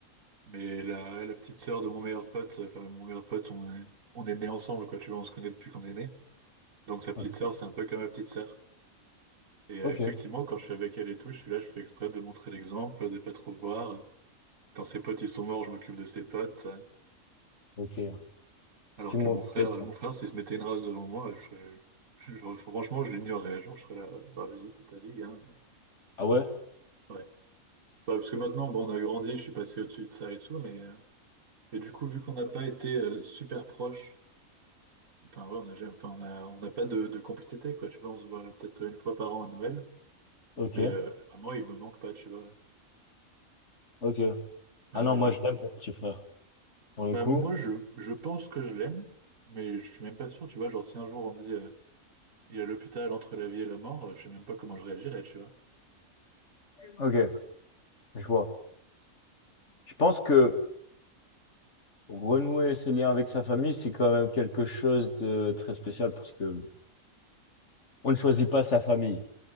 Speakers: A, on the right; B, on the left.
A: Mais la, la petite sœur de mon meilleur pote, enfin mon meilleur pote, on est, on est nés ensemble, quoi, tu vois, on se connaît depuis qu'on est nés. Donc sa
B: Ok,
A: petite sœur, c'est un peu comme ma petite sœur. Et euh,
B: ok,
A: effectivement, quand je suis avec elle et tout, je suis là, je fais exprès de montrer l'exemple, de pas trop boire. Quand ses potes, ils sont morts, je m'occupe de ses potes.
B: ok.
A: Alors
B: Tu
A: que
B: montes
A: mon frère,
B: l'exemple.
A: mon frère, s'il se mettait une race devant moi, je, serais- je- je- franchement, je l'ignorerais. Genre, je serais là, euh, bah vas-y, fais ta vie, gars.
B: Ah ouais?
A: Ouais. Bah, parce que maintenant, bon, on a grandi, je suis passé au-dessus de ça et tout, mais... euh, Et du coup, vu qu'on n'a pas été euh, super proches, Enfin, ouais, on n'a jamais- enfin, on a, on n'a pas de, de complicité, quoi. Tu vois, on se voit peut-être une fois par an à Noël,
B: Ok,
A: mais euh, à moi, il me manque pas, tu vois.
B: ok.
A: Ouais,
B: Ah non,
A: mais
B: moi
A: du
B: je
A: coup,
B: l'aime
A: euh,
B: mon petit frère, pour le
A: bah,
B: coup.
A: moi, je, je pense que je l'aime, mais je suis même pas sûr, tu vois. Genre, si un jour on me dit euh, il est à l'hôpital entre la vie et la mort, euh, je sais même pas comment je réagirais, tu vois.
B: Ok, je vois. Je pense que renouer ses liens avec sa famille, c'est quand même quelque chose de très spécial parce que on ne choisit pas sa famille.